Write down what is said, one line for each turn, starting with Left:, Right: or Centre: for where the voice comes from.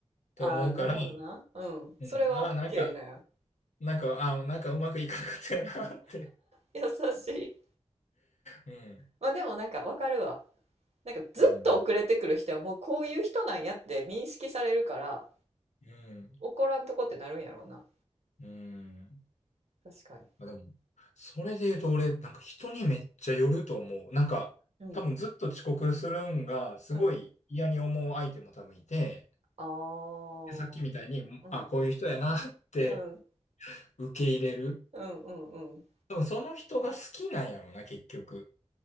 Left: て思うから、
Right: ああ、なるほどな。うん。
Left: うん、
Right: それは
Left: あなんか、
Right: OK なんや。
Left: なんか、ああ、なんかうまくいかなかったよなって
Right: 優しい。
Left: うん、
Right: まあでもなんかわかるわ。なんかずっと遅れてくる人はもうこういう人なんやって認識されるから
Left: うん、うん。
Right: 怒らんとこってなるんやろうな。
Left: うん。
Right: 確かに。
Left: まあ、でも、それで言うと俺、なんか人にめっちゃよると思う。なんか、
Right: うん。
Left: 多分ずっと遅刻するんが、すごい嫌に思う相手も多分いて、
Right: うん。ああ。
Left: で、さっきみたいに、んあ、
Right: うん。
Left: こういう人やなって
Right: うん。
Left: <laughs> 受け入れる。
Right: うんうんうん。
Left: 多分その人が好きなんやろうな、結局。